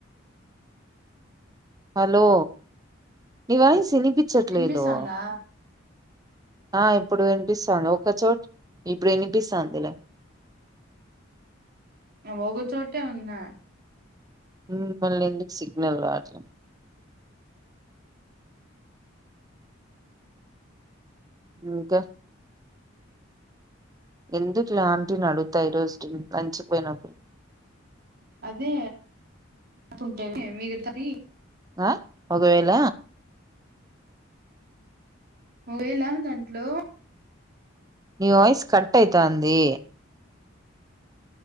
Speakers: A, on the right (about 20°); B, on the right (about 50°).
A: హలో నివాయిస్ వీనిపిచట్లేదు
B: వినిపిస్తాందా
A: ఆ ఇప్పుడు వినిపిస్తాంది ఒక చోట్ ఇప్పుడినిపిస్తాందిలే
B: అ ఒగ చోటే ఉన్నా
A: ఉమ్ మళ్ళెందుక్ సిగ్నల్ రాట్లే ఇంకా ఎందుకిలాంటిని అడుగుతావ్ ఈరోజ్ కి నంచిపోయినప్పుడు
B: అదే ఫుడ్ ఏమి మీరు సరి
A: ఆ ఒకవేళ
B: ఒకవెళ దాంట్లో
A: నీ వాయిస్ కట్ అయితంది